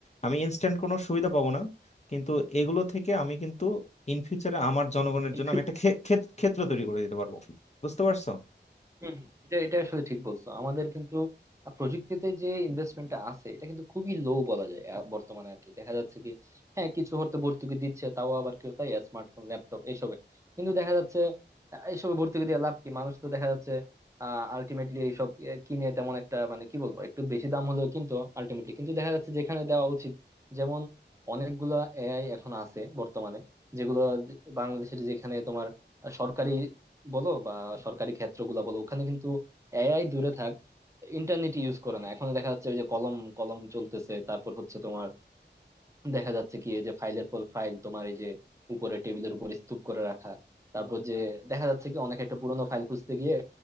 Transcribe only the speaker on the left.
আমি ইনস্ট্যান্ট কোনো সুবিধা পাবো না কিন্তু এগুলো থেকে আমি কিন্তু ইন ফিউচারে আমার জনগণের
জন্য আমি একটা ক্ষে- ক্ষেত- ক্ষেত্র তৈরি করে দিতে পারবো বুঝতে পারছো